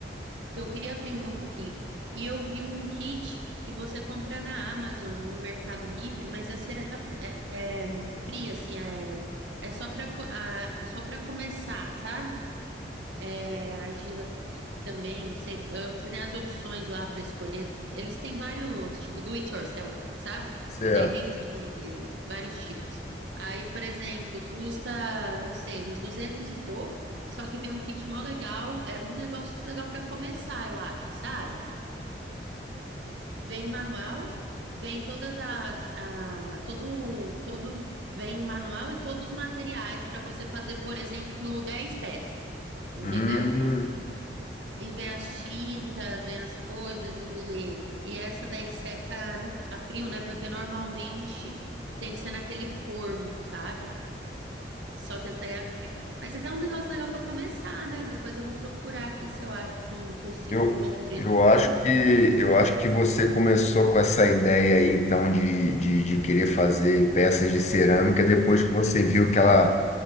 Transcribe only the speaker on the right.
que eu queria aprender um pouquinho. E eu vi um kit que você compra na Amazon ou no Mercado Livre, mas é, cera- é, é fria, assim, é, é só para só para começar, sabe? É argila também, não sei, eh, você tem as opções lá para escolher. Eles têm vários, tipo, do it yourself, sabe?
E aí tem de vários tipos. Aí, por exemplo, custa, não sei, uns 200 e pouco, só que vem um kit mó legal, é um negócio legal para começar, eu acho, sabe? Vem o manual, vem todas as, a, todo, todos, vem o manual e todos os materiais para você fazer, por exemplo, 10 peças, entendeu?
E vem as tintas, vem as coisas, e, e essa daí seca no- a frio, né? Porque normalmente tem que ser naquele forno, sabe? Só que essa daí é... Mas é um negócio legal para começar, né? Depois eu vou procurar aqui se eu acho com um cursinho
com bom preço,
eu
faria.